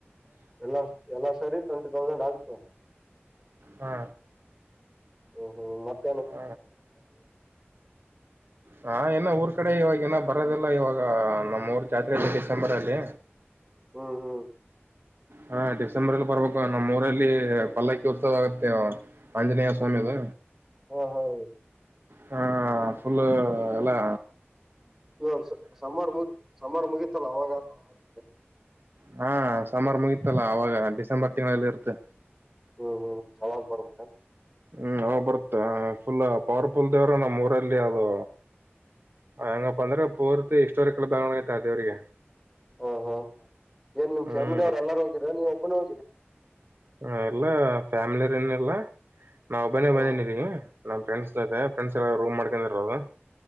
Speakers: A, in the centre; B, on the right (about 55°).
A: ಎಲ್ಲಾ ಎಲ್ಲಾ ಸರಿ ಟ್ವೆಂಟಿ ತೌಸಂಡ್ ಆಗ್ತ
B: ಹಾ
A: ಹ್ ಹ್ಮ್ ಮತ್ತೆ
B: ಹ ಹಾ ನ ಊರ್ ಕಡೆ ಇವಾಗ ನ ಬರೋದಿಲ್ಲ ಇವಾಗ ನಮ್ಮೂರು ಜಾತ್ರೆ ಅದೆ ಡಿಸೆಂಬರಲ್ಲಿ
A: ಹ್ಮ ಹಾ
B: ಹಾ ಡಿಸೆಂಬರ್ ಅಲ್ಲಿ ಬರ್ಬೇಕು ನಮ್ಮ್ೂಊರಲ್ಲಿ ಪಲ್ಲಕ್ಕಿ ಉತ್ಸವ ಆಗತ್ತೆ ಆಂಜನೇಯ ಸ್ವಾಮಿದ
A: ಹ ಹಾ
B: ಹಾ.. ಫುಲ್ ಎಲ್ಲಾ
A: ಇವಾಗ ಸಾ ಸಾಮರ್ ಸಾಮರು ಮುಗಿತಲ್ಲ ಅವಾಗತ
B: ಹಾ ಸಮರ್ ಮುಗತಲ್ಲ ಅವಾಗ ಡಿಸೆಂಬರ್ ತಿಂಗಳಲ್ಲಿ ಇರ್ತ್ತೆ
A: ಹ್ಮ್ ಹ್ಮ್ ಅವಾಗ್ ಬರ್ಬೇಕನ್
B: ಹ್ಮ್ ಅವ ಬರುತ್ತೆ ಫುಲ್ ಪವರ್ಫುಲ್ ದೇವ್ರ ನಮ್ಮ್ ಊರಲ್ಲಿ ಅದು ಹೆಂಗಪ್ಪ ಅಂದ್ರೆ ಪೂರ್ತಿ ಹಿಸ್ಟೋಾರಿಕಲ್ ಬೊಂಡ್ತ ದೇವ್ರಿಗೆ
A: ಹಾ ಹಾ ಹ್ ಏನ್ ನಿಮ್
B: ಹ್ಮ್
A: ಫ್ಯಾಮಿಲಿ ಅವ್ರು ಎಲ್ಲಾರು ಹೋಗಿದರ ನೀವ್ ಒಬ್ಬನು ಹೋಗಿರಾ
B: ಹ ಎಲ್ಲಾ ಫ್ಯಾಮಿಲಿರ್ ಎಲ್ಲಾ ನಾವು ಒಬ್ಬನೇ
A: ಹ್ಮ್
B: ಬಂದೇನಿ ಇಲಿಗಿ ನಮ್ಮ ಫ್ರೆಂಡ್ಸ್ ಜೊತೆ ಫ್ರೆಂಡ್ಸ್ ಎಲ್ಲಾ ರೂಮ್ ಮಾಡ್ಕೊಂಡಿರದು.